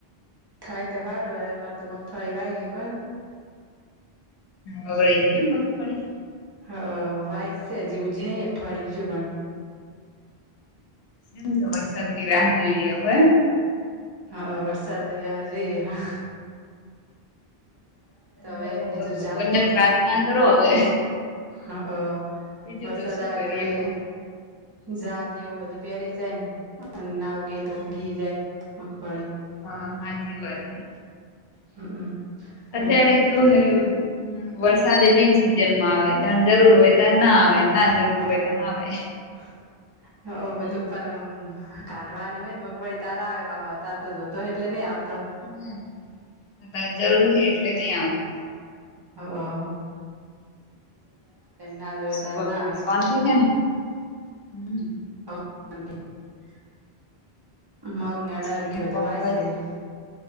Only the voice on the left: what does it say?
હોય કે મગફળી
એમ તો વરસાદની રાહ જોઈ હોય એમ
હઅ
ભગવાન ને પ્રાર્થના કરો હવે
બીજું
તો શું
કરીએ
કો
હમ
હા સાચી વાત હે
અત્યારે કેવું થયું વરસાદ એ બિનસિઝન માં આવે જયાર જરૂર હોય ત્યાર ના આવે. ના જરૂર
હોય ત્યાં આવે હમ
હમ્મ. અતારે જરૂર હે એટલે નહી આવતો.
શુ
બીજું
શાંતી હેને? હમ્મ.
કેવું
ચાલે
પંકજ